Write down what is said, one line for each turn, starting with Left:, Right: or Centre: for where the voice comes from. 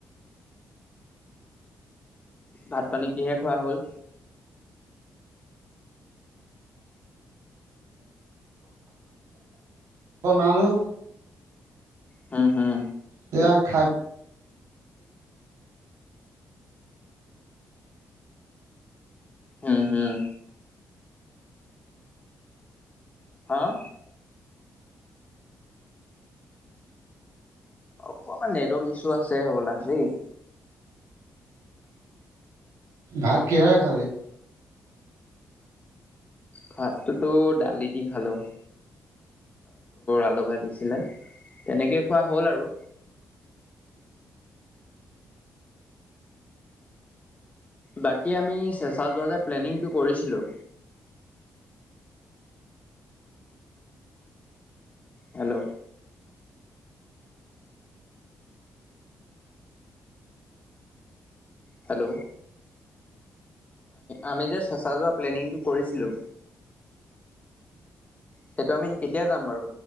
Left: ভাত পানী কিহে খোৱা হ'ল।
Right: বনালো।
Left: হম হম।
Right: সেয়া খাই।
Left: হম হম। হাঁ। অকমান নেটৱৰ্ক ইছ্যু আছে হ'বলা দেই।
Right: ভাত কেহেৰে খালি?
Left: ভাতটোতো দালি দি খালোঁ। আলু ভাজিছিলে তেনেকেই খোৱা হ'ল আৰু। বাকী আমি চেচা যে প্লেনিটো কৰিছিলোঁ। হেল্ল'। হেল্ল আমি যে, চেচা যোৱা প্লেনীং তো কৰিছিলো, সেই তো আমি কেতিয়া যাম বাৰু?